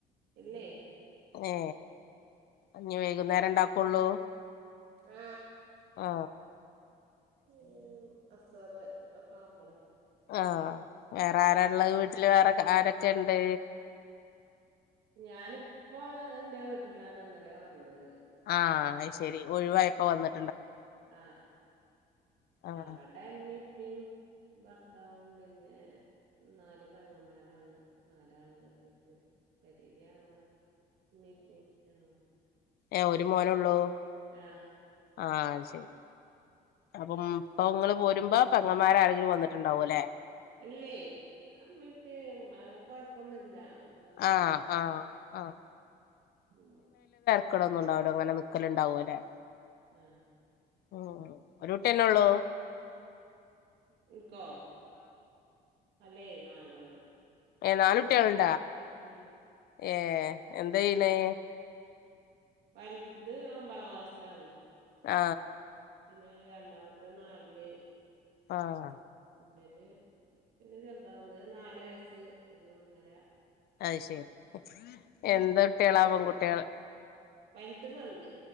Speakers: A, on the right; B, on the left.
A: ഇല്ലേ
B: ഏ ഇഞ്ഞി വൈകുന്നേരേ ഇണ്ടാക്കൊള്ളൂ
A: ആ
B: ആ
A: ഒരു അസറ് ഒക്കെ ആകുമ്പളേ
B: ആ വേറെരാ ഇള്ളത് വീട്ടില് വേറെ ക ആരൊക്കെ ഇണ്ട്
A: ഞാനിപ്പൊ എന്റെ വീട്ടിലാണ് ഇന്നലെയാ വന്നത്
B: ആ അയ്ശെരി ഒഴിവായപ്പോ വന്നെ
A: ആ
B: ആഹ്
A: ആ അവടെ എമ്മേം ഇപ്പേം ഭർത്താവും പിന്നെ നാല് പെങ്ങമ്മാരാണ് നാലാളേം കെട്ടിച്ച് <unintelligible> ഉമ്മേം ഉപ്പേം യാ
B: ഏ ഒരു മോനെ ഉള്ളൂ
A: ആ
B: ആ അയ്ശെരി അപ്പം ഇപ്പൊ നിങ്ങളുപോരുമ്പോ പെങ്ങമ്മാരാരെങ്കിലും വന്നി ണ്ടാവും അല്ലെ
A: ഇല്ലേ അമ്മേം ഇപ്പേം മ കൊഴപ്പൊന്നുവില്ല അവർക്കതങ്ങനെ
B: ആഹ് ആഹ് ആഹ്
A: ഉം
B: ക്കളൊന്നും ഒണ്ടാവൂല്ല അങ്ങനെ നിക്കലുണ്ടാവ്വൂല്ലേ
A: ആ
B: ഉം ഒരു കുട്ടിയല്ലേയുള്ളൂ
A: എനക്കോ അല്ലേ നാലെണ്ണം
B: ഏ നാലുട്ടികളു
A: ഉം
B: ഏ എന്താ ചെയ്യണേ
A: വലുത് ഒമ്പതാം ക്ലാസ്സിലാണ്
B: ആ
A: പിന്നെ രണ്ടാമത്തെ നാലില്
B: ആഹ
A: ഇമ്പല് പിന്നെ ചെറുതാ ഒന്ന് നാല് വയസ്സ് ഒന്ന് ഒന്നര
B: അത് ശെരി എന്ത കുട്ടികളാവുംപെൺ കുട്ടികൾ
A: വലുത് പെണ്ണ്